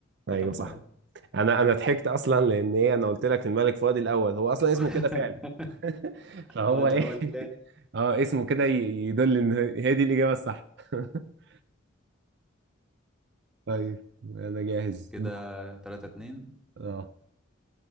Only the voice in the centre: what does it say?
ده كان فؤاد
<laughs>
فؤاد
الاول
كده
تلاتة اتنين